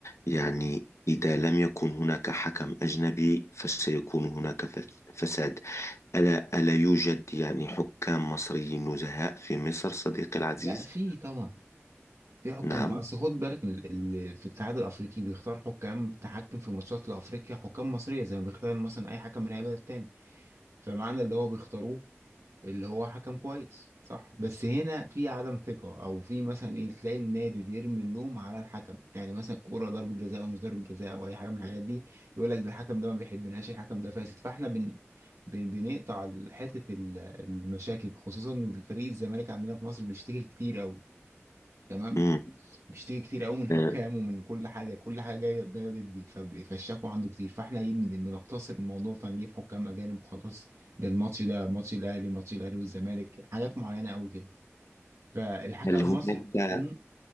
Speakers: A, on the left; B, on the right.
A: يعني إذا لم يكن هناك حكم أجنبي فسيكون هناك فس- فساد ألا ألا يوجد يعني حكام مصريين نزهاء في مصر صديقي العزيز؟
B: لا في طبعا في حكام
A: نعم
B: أصل خد بالك ال- ال- في الاتحاد الأفريقي بيختار حكام تحكم في ماتشات لأفريقيا حكام مصرية زي ما بيختار مثلا أي حكم من أي بلد تاني فمعنى اللي هو بيختاروه اللي هو حكم كويس صح بس هنا في عدم ثقة او في مثلا ايه تلاقي النادي بيرمي اللوم على الحكم يعني مثلا الكورة ضربة جزاء او مش ضربة جزاء او اي حاجة من الحاجات دي يقول لك ده الحكم ده ما بيحبناش الحكم ده فاسد فاحنا بن... بن... بنقطع ال- حتة ال- المشاكل خصوصا ان فريق الزمالك عندنا في مصر بيشتكي كتير قوي تمام
A: مم.
B: بيشتكي كتير قوي من حكام
A: آه،
B: ومن كل حاجه كل حاجه جايه جايه ضدي فب- فالشكوى عنده كتير فاحنا ايه بن- بنقتصر الموضوع فنجيب حكام اجانب وخلاص ده الماتش ده ماتش الاهلي ماتش الاهلي والزمالك حاجات معينه قوي كده فالحكم
A: هل
B: المصري
A: هناك
B: مم،